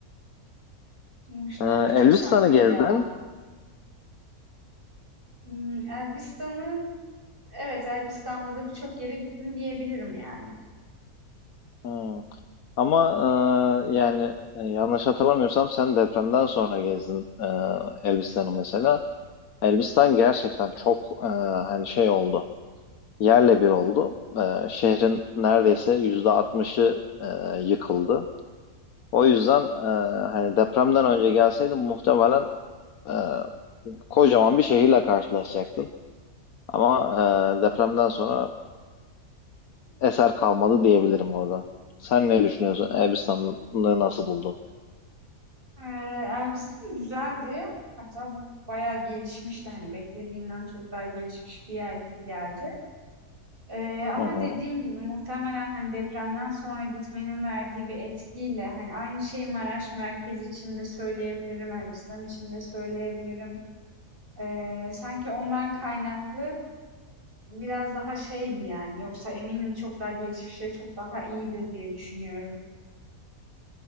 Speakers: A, on the right; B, on the left.
A: Muş'tan
B: E,
A: küçük
B: Elbistan'ı
A: sanki
B: gezdin.
A: ya. Hmm, Elbistan'ı Evet, Elbistan'da da birçok yere gittim diyebilirim yani.
B: Hı. Ama e, yani e, yanlış hatırlamıyorsam sen depremden sonra gezdin e, Elbistan'ı mesela. Elbistan gerçekten çok e, hani şey oldu. Yerle bir oldu. E, şehrin neredeyse yüzde altmışı e, yıkıldı. O yüzden e, hani depremden önce gelseydin muhtemelen e, kocaman bir şehirle karşılaşacaktın. Ama e, depremden sonra e, eser kalmadı diyebilirim oradan. Sen ne düşünüyorsun? Elbistan'ı nasıl buldun?
A: Ee, Elbistan güzeldi. Hatta bayağı gelişmişti. Hani beklediğimden çok daha gelişmiş bir yer gibi geldi. Ee, ama
B: Hı hı.
A: dediğin gibi muhtemelen hani depremden sonra gitmenin verdiği bir etkiyle hani aynı şeyi Maraş merkez için de söyleyebilirim, Elbistan için de söyleyebilirim. Ee, sanki ondan kaynaklı biraz daha şeydi yani. Yoksa eminim çok daha gelişmiş ve çok daha iyidir diye düşünüyorum.